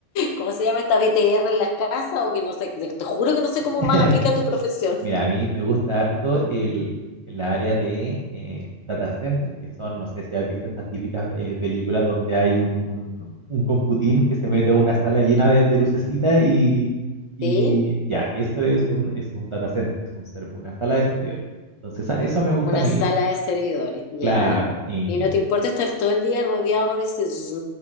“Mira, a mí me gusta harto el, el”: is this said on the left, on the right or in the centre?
Right